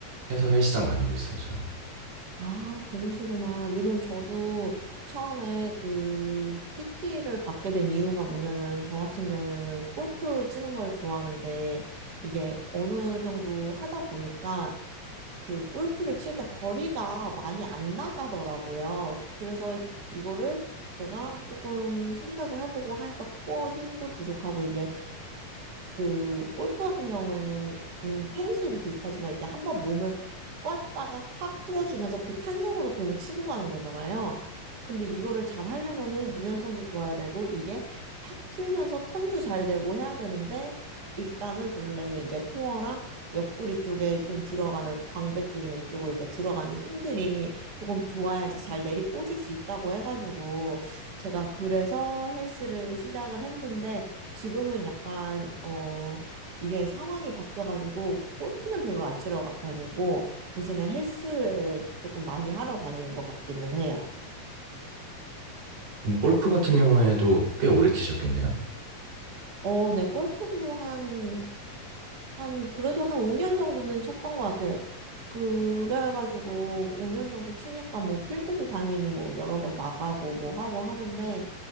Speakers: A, on the right; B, on the right.
A: 해서 헬스장 다니고 있어요, 저는.
B: 아, 그러시구나. 왜냐면 저도 처음에 그 PT를 받게 된 이유가 뭐냐면 저 같은 경우에는 골프 치는 걸 좋아하는데 이게 어느 정도 하다 보니까 그 골프를 칠 때 거리가 많이 안 나가더라고요. 그래서 이거를 제가 조금 생각을 해보고 하니까 코어 힘도 부족하고 이게 그 골프 같은 경우에는 테니스도 비슷하지만 이렇게 한번 몸을 꽉다가 확 풀어주면서 그 탄성으로 공을 치고 가는 거잖아요. 근데 이거를 잘 하려면은 유연성도 좋아야 되고 이게 확 풀면서 턴도 잘 되고 해야 되는데 일단은 그러려면 이제 코어랑 옆구리 쪽에 좀 들어가는 광배 쪽이나 이쪽으로 이렇게 들어가는 힘들이 조금 좋아야지 잘 내리 꽂을 수 있다고 해가지고 제가 그래서 헬스를 시작을 했는데 지금은 약간 어 이게 상황이 바뀌어가지고 골프는 별로 안 치러 가- 다니고 대신에 헬스에 조금 많이 하러 다니는 것 같기는 해요.
A: 그럼 골프 같은 경우에도 꽤 오래 치셨겠네요.
B: 어, 네, 골프도 한 한, 그래도 한 5년 정도는 쳤던 것 같아요. 그래가지고 5년 정도 치니까 뭐 필드도 당연히 뭐 여러 번 나가고 뭐 하고 하는데